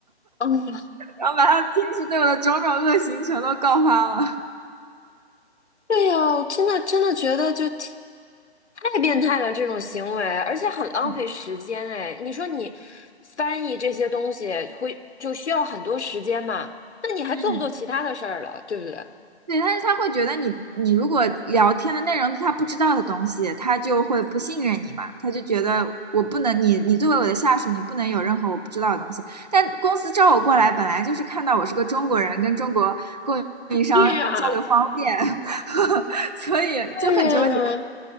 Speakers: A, on the left; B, on the right.
A: 嗯，
B: 然后把他平时对我的种种恶行全都告发了。
A: 对呀，我真的真的觉得就挺太变态了这种行为，而且很浪费时间哎。
B: <laughs>
A: 你说你翻译这些东西会就需要很多时间嘛？那你还做不做其他的事儿了，
B: 嗯，
A: 对不对？
B: 对，但是他会觉得你，你如果聊天的内容是他不知道的东西，他就会不信任你嘛，他就觉得我不能，你你作为我的下属，你不能有任何我不知道的东西。但公司招我过来，本来就是看到我是个中国人，跟中国供应商交流方便，
A: 对呀，
B: <laughs> 所以就很纠结，
A: 对呀，